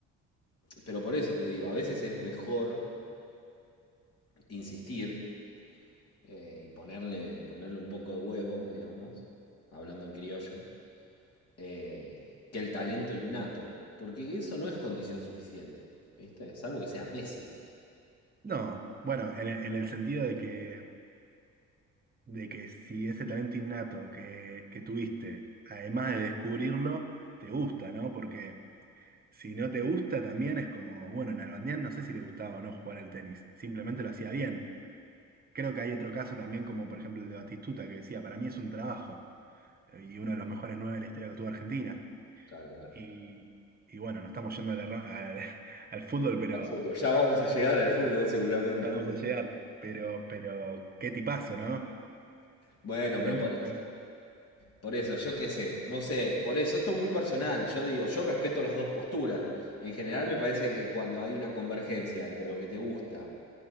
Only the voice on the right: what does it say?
No, bueno, en el, en el sentido de que de que si ese talento innato que, que tuviste, además de descubrirlo, te gusta, ¿no? Porque si no te gusta, también es como, bueno, en Nalbandián no sé si le gustaba o no jugar al tenis, simplemente lo hacía bien. Creo que hay otro caso también, como por ejemplo el de Batistuta, que decía, para mí es un trabajo, eh, y uno de los mejores nueve de la historia que tuvo Argentina.
Y, y bueno, no estamos yendo a la ro- al, <laughs> al fútbol, pero
ya vamos a llegar. Pero, pero qué tipazo, ¿no?
Talento
innato,